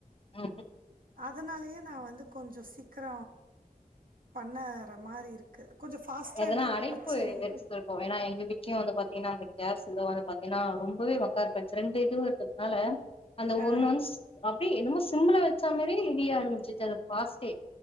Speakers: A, on the left; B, on the right.
A: ம்
B: அதனாலயே நா வந்து கொஞ்ச சீக்கிர பண்ணாற மாரி இருக்கு கொஞ்சோ ஃபாஸ்ட்டா
A: எதுனா
B: இருந்தா எனக்கு
A: அழைப்பு
B: பிரச்சனையே
A: எடுத்துருக்கோ ஏன்னா எங்க வீட்டுலயு வந்து பாத்தீங்கன்னா அந்த கேஸ் இத வந்து பாத்தீங்கன்னா ரொம்பவே ஒக்கா எ ரெண்டு இது வருக்குதுனால அந்த
B: ஆ
A: ஒரு நான்ஸ் அப்டியே என்னமோ சிம்மிள வச்ச மாறியே ஏறியா ஆரம்பிச்சுருச்சு அது பாஸ்ட்டே